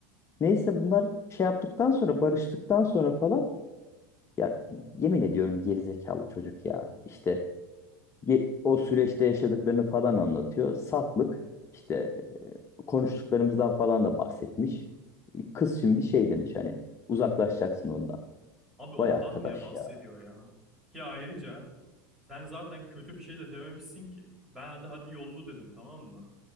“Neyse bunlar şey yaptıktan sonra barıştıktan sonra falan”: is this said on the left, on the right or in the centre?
Left